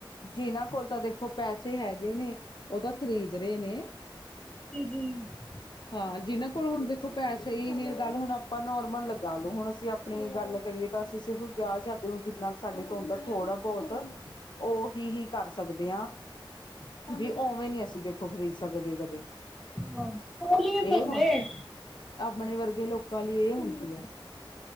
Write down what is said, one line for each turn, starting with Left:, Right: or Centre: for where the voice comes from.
Left: ਜਿਨਾਂ ਕੋਲ ਤਾਂ ਦੇਖੋ ਪੈਸੇ ਹੈਗੇ ਨੇ, ਉਹ ਤਾਂ ਖ਼ਰੀਦ ਰਹੇ ਨੇ।
Centre: <unintelligible>
Left: ਹਾਂ, ਜਿਹਨਾਂ ਕੋਲ ਹੁਣ ਦੇਖੋ ਪੈਸੇ ਹੀ ਨੀ ਗੱਲ ਹੁਣ ਆਪਾਂ ਨੋਰਮਲ ਲਗਾ ਲਓ ਹੁਣ ਅਸੀਂ ਆਪ ਆਪਣੀ ਗੱਲ ਕਰੀਏ ਤਾਂ ਅਸੀਂ ਸਿਰਫ ਵਿਆਹ ਸ਼ਾਦੇ ਨੂੰ ਜਿੰਨਾ ਕੁ ਸਾਡੇ ਤੋਂ ਅੰਦਰ ਥੋੜ੍ਹਾ ਬਹੁਤ, ਉਹੀ ਹੀ ਕਰ ਸਕਦੇ ਹਾਂ। ਵੀ ਉਵੇਂ ਨੀ ਅਸੀਂ ਦੇਖੋ ਖ਼ਰੀਦ ਸਕਦੇ ਕਦੇ
Centre: ਹੋਰ ਜ ਨਹੀਂ
Left: ਇਹ
Centre: ਸਕਦੇ।
Left: ਹੁਣ ਆਪਣੇ ਵਰਗੇ ਲੋਕਾਂ ਲਈ ਇਹ ਹੁੰਦੀ ਆ।